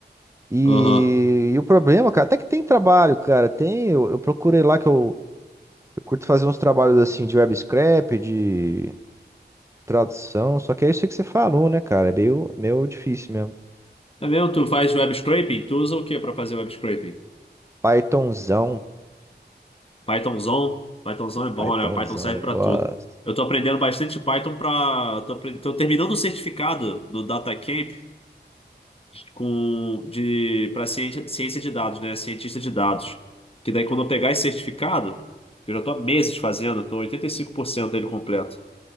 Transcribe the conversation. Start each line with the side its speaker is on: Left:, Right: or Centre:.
Right: E,
Left: Aham.
Right: e o problema, cara, até que tem trabalho, cara. Tem, eu, eu procurei lá que eu, eu curto fazer uns trabalhos assim de web scrap, de tradução, só que é isso que você falou, né, cara? É meio, meio difícil mesmo.
Left: É mesmo? Tu faz web scraping? Tu usa o que para fazer web scraping?
Right: Pythonzão,
Left: Pythonzão? Pythonzão é bom,
Right: Pythonzão,
Left: né? Python serve
Right: eu
Left: para
Right: gosto.
Left: tudo. Eu tô aprendendo bastante Python para Tô, apren- tô terminando o certificado do DataCamp com de para ciência, ciência de dados, né? Cientista de dados. Que daí quando eu pegar esse certificado, que eu já estou há meses fazendo, estou eu por cento dele completo.